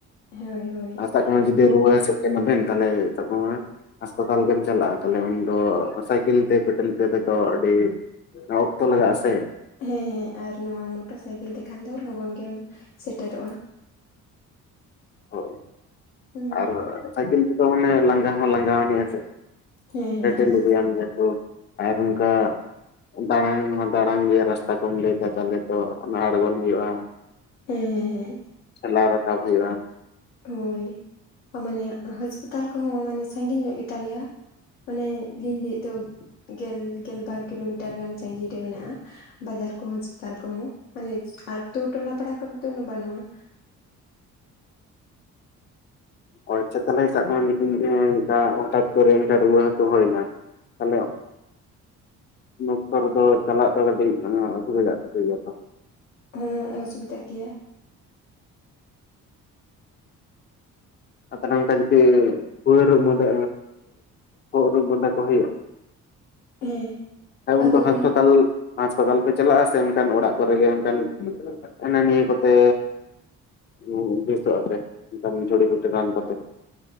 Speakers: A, on the left; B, on the left.
A: ᱦᱳᱭ ᱦᱳᱭ
B: ᱟᱥ ᱥᱟᱵ ᱠᱟᱜ ᱢᱮ ᱡᱩᱫᱤ ᱨᱩᱣᱟᱹ ᱦᱟᱥᱩᱜ ᱠᱟᱱᱟᱵᱮᱱ ᱛᱟᱞᱦᱮ ᱥᱟᱵ ᱠᱟᱜ ᱢᱮ ᱦᱟᱸᱥᱯᱟᱛᱟᱞ ᱵᱮᱱ ᱪᱟᱞᱟᱜᱼᱟ ᱛᱟᱞᱦᱮ ᱩᱱᱫᱚ ᱥᱟᱭᱠᱮᱞ ᱛᱮ ᱯᱮᱰᱮᱞ ᱠᱟᱛᱮ ᱫᱚ ᱟᱹᱰᱤ ᱚᱠᱛᱚ ᱞᱟᱜᱟᱜᱼᱟ ᱥᱮ
A: ᱦᱮᱸ ᱦᱮᱸ ᱟᱨ ᱱᱚᱣᱟ ᱢᱚᱴᱚᱨ ᱥᱟᱭᱠᱮᱞ ᱛᱮᱠᱷᱟᱱ ᱫᱚ ᱞᱚᱜᱚᱱ ᱜᱮᱢ ᱥᱮᱴᱮᱨᱚᱜᱼᱟ᱾
B: ᱦᱳᱭ
A: ᱦᱩᱸ
B: ᱟᱨ ᱥᱟᱭᱠᱮᱞ ᱛᱮᱫᱚ ᱢᱟᱱᱮ ᱞᱟᱸᱜᱟ ᱦᱚᱸ ᱞᱟᱸᱜᱟᱭᱟᱱᱡ ᱟᱥᱮ
A: ᱦᱮᱸ ᱦᱮᱸ
B: ᱯᱮᱰᱮᱞ
A: ᱦᱮᱸ
B: ᱤᱫᱤᱭᱟᱢ ᱡᱮᱦᱮᱛᱩ ᱟᱨ ᱚᱝᱠᱟ᱾ ᱫᱟᱟᱲᱟᱝ ᱦᱚᱸ ᱫᱟᱟᱲᱟᱝ ᱜᱮ ᱨᱟᱥᱛᱟ ᱠᱚᱢ ᱞᱟᱹᱭᱟ ᱫᱟ ᱛᱟᱦᱚᱞᱮ ᱛᱚ ᱚᱱᱟ ᱟᱲᱜᱚᱱ ᱦᱩᱭᱩᱜᱼᱟ᱾
A: ᱦᱮᱸ ᱦᱮᱸ ᱦᱮᱸ
B: ᱴᱷᱮᱞᱟᱣ ᱨᱟᱠᱟᱵ ᱦᱩᱭᱩᱜᱼᱟ
A: ᱦᱳᱭ ᱢᱟᱱᱮ ᱦᱟᱥᱯᱟᱛᱟᱞ ᱠᱚᱦᱚᱸ ᱢᱟᱱᱮ ᱥᱟᱺᱜᱤᱧ ᱧᱚᱜ ᱜᱮᱛᱟᱞᱮᱭᱟ᱾ ᱚᱱᱮ ᱞᱤᱧ ᱞᱮᱭ ᱮᱫ ᱫᱚ ᱜᱮᱞ ᱜᱮᱞ ᱵᱟᱨ ᱠᱤᱞᱳᱢᱤᱴᱟᱨ ᱜᱟᱱ ᱥᱟᱺᱜᱤᱧ ᱨᱮ ᱢᱮᱱᱟᱜᱼᱟ ᱵᱟᱡᱟᱨ ᱠᱚᱸ ᱦᱟᱥᱯᱟᱛᱟᱞ ᱠᱚᱦᱚᱸ ᱢᱟᱱᱮ ᱟᱹᱛᱩ ᱴᱚᱞᱟ ᱯᱟᱲᱟ ᱠᱚᱨᱮ ᱫᱚ ᱩᱱᱟᱹᱜ ᱵᱟᱹᱱᱩᱜᱼᱟ᱾
B: ᱦᱳᱭᱛᱚ ᱛᱟᱦᱚᱞᱮ ᱥᱟᱵ ᱢᱮ <unintelligible> ᱦᱚᱴᱟᱛ ᱠᱚᱨᱮ ᱨᱩᱣᱟᱹ ᱦᱟᱹᱥᱩ ᱦᱩᱭᱮᱱᱟ᱾ ᱦᱮᱞᱳ ᱩᱱ ᱚᱠᱛᱚ ᱨᱮᱫᱚ ᱪᱟᱞᱟᱜ ᱫᱚ ᱠᱟᱹᱴᱤᱡ ᱚᱥᱩᱵᱤᱫᱟᱜ ᱛᱟᱯᱮ ᱜᱮᱭᱟ ᱛᱚ
A: ᱦᱚᱸ ᱚᱥᱩᱵᱤᱫᱟᱜ ᱜᱮᱭᱟ
B: ᱟ ᱛᱟᱦᱚᱞᱮ ᱚᱱᱠᱟ ᱡᱩᱫᱤ ᱠᱷᱩᱭᱟ ᱨᱩᱜ ᱢᱟᱸᱫᱟ ᱠᱷᱳᱜ ᱨᱩᱜ ᱢᱟᱸᱫᱟ ᱠᱚ ᱦᱩᱭᱩᱜᱼᱟ᱾
A: ᱦᱮᱸ
B: ᱟᱨ
A: ᱟᱫᱚ
B: ᱩᱱᱫᱚ ᱦᱟᱸᱥᱯᱟᱛᱟᱞ
A: ᱩᱱ
B: ᱦᱟᱸᱟᱥᱯᱟᱛᱟᱞ ᱯᱮ ᱪᱟᱞᱟᱜᱼᱟ ᱥᱮ ᱮᱱᱠᱟᱱ ᱚᱲᱟᱜ ᱠᱚᱨᱮᱜᱮ ᱠᱟᱱ ᱦᱟᱱᱟ ᱱᱤᱭᱟᱹ ᱠᱚᱛᱮ ᱦᱩ ᱵᱮᱥᱚ-ᱟᱯᱮ ᱚᱱᱠᱟᱱ ᱡᱩᱲᱤ-ᱯᱩᱴᱤ ᱨᱟᱱ ᱠᱚᱛᱮ